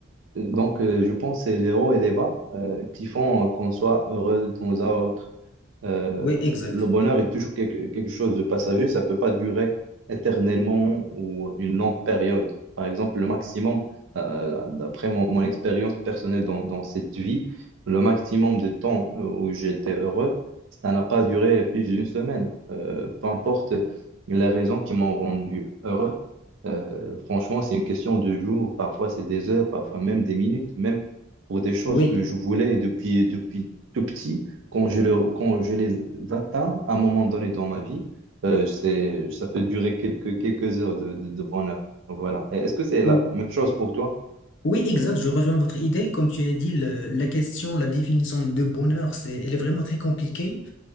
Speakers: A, on the right; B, on the left.
A: donc, euh, je pense que c'est les hauts et les bas euh, qui font euh, qu'on soit heureux de temps à autre. Euh,
B: oui, exact.
A: le bonheur est toujours quelque, quelque chose de passager, ça ne peut pas durer éternellement ou une longue période. Par exemple, le maximum, euh, d'après mon, mon expérience personnelle dans, dans cette vie, le maximum de temps euh, où j'étais heureux, ça n'a pas duré plus d'une semaine. Euh, peu importe les raisons qui m'ont rendu heureux, euh, franchement, c'est une question de jours, parfois c'est des heures, parfois même des minutes, même pour des choses
B: Oui,
A: que je voulais depuis, depuis tout petit. Quand je, le- quand je les atteins à un moment donné dans ma vie, euh, c'est, ça peut durer quelques, quelques heures de, de, de bonheur. Voilà. Et Est-ce que c'est la
B: Ou-
A: même chose pour toi?
B: oui, exact. Je rejoins votre idée. Comme tu as dit, le- la question, la définition de bonheur, c'est, elle est vraiment très compliquée.